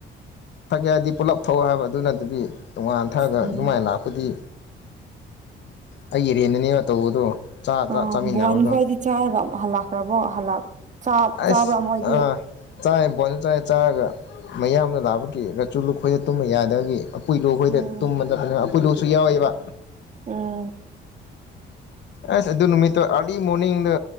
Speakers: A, on the left; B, on the right.
A: ꯊꯛꯑꯦ ꯍꯥꯏꯗꯤ ꯄꯨꯂꯞ ꯊꯛꯑꯣ ꯍꯥꯏꯕ ꯑꯗꯨꯅ ꯗꯨꯒꯤ ꯇꯣꯉꯥꯟ ꯊꯛꯑꯒ
B: ꯎꯝ
A: ꯑꯗꯨꯃꯥꯏ ꯂꯥꯛꯄꯗꯤ ꯑꯩꯒꯤꯔꯦꯟꯗꯅꯦꯕ ꯇꯧꯕꯗꯣ ꯆꯥ ꯆꯥ
B: ꯑ
A: ꯆꯥꯃꯤꯟꯅꯕꯗꯣ
B: ꯕꯣꯟ ꯈꯣꯏꯗꯤ ꯆꯥꯒ ꯍꯂꯛ ꯈ꯭ꯔꯕꯣ ꯍꯜꯂꯛ ꯆꯥꯛ
A: ꯑꯁ
B: ꯆꯥꯕ꯭ꯔꯥ ꯃꯣꯏꯗꯤ
A: ꯑꯥ ꯆꯥꯏ ꯕꯣꯟꯗ ꯆꯥꯏ ꯆꯥꯔꯒ ꯃꯌꯥꯝꯗ ꯂꯥꯕ ꯀꯤ ꯃꯆꯨ ꯂꯨꯄꯩ ꯇꯨꯝꯕ ꯌꯥꯗꯕꯒꯤ ꯎꯄꯨꯏꯂꯣ ꯈꯣꯏꯗ
B: ꯎꯝ
A: ꯇꯨꯝꯕꯗꯕꯅꯦꯕ ꯎꯄꯨꯏꯂꯣꯁꯨ ꯌꯥꯎꯋꯦꯕ
B: ꯎꯝ
A: ꯑꯁ ꯑꯗꯨ ꯅꯨꯃꯤꯠꯇꯣ ꯑꯥꯔꯂꯤ ꯃꯣꯔꯅꯤꯡꯗ